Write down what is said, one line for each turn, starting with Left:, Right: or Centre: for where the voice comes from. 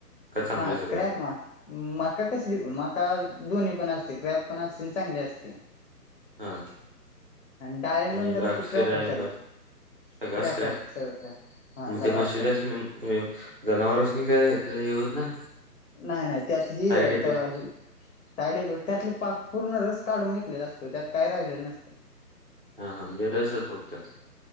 Right: का चांगलं
Left: हा
Right: सगळं
Left: क्रॅप म मका कसली मका दोन्ही पण असते क्रॅप पण असते आणि चांगली असती
Right: हा
Left: डाळिंबण
Right: आणि
Left: जरा
Right: द्राक्ष,
Left: असते क्रॅप
Right: डाळिंब
Left: सगळं
Right: सगळा
Left: क्रॅप
Right: स्क्रॅप
Left: असतं सगळं क्रॅप हा
Right: मग
Left: सगळा
Right: त्या <unintelligible>
Left: क्रॅप
Right: जनावर अस नाही काय ते हे होत नाही
Left: नाही नाही त्यात ही
Right: साईड इफेक्ट
Left: तडाकी साईड इफेक्ट त्यात पाक पूर्ण रस काढून घेतलेला असतो त्यात काय राहिलेलं नसतं
Right: हा, हा हम रसच फक्त